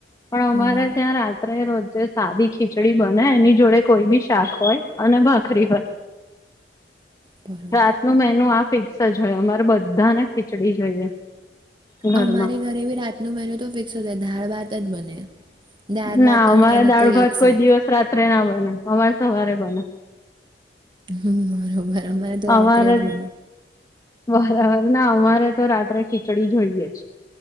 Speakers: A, on the left; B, on the right.
A: પણ અમારે
B: હમ.
A: ત્યાં રાત્રે રોજે સાદી ખીચડી બને એની જોડે કોઈ બી શાક હોય અને ભાખરી હોય.
B: બરોબર
A: રાતનું મેન આ ફિક્સ જ હોય અમારે બધાને ખીચડી જોઈએ. ઘરમાં
B: અમારે ઘરે ભી રાતનું મેન્યુ તો ફિક્સ હોશે ધાળ ભાત જ બને. દાળ
A: ના
B: ભાત
A: અમારા
B: અને
A: દાળ ભાત
B: એક
A: કોઈ
B: શાક
A: દિવસ રાત્રે ના બને અમારે સવારે બને.
B: હમ બરોબર અમારે તો રાત્રે
A: અમારે
B: જ બને.
A: બરાબર ના અમારે તો રાત્રે ખીચડી જોઈએે જ.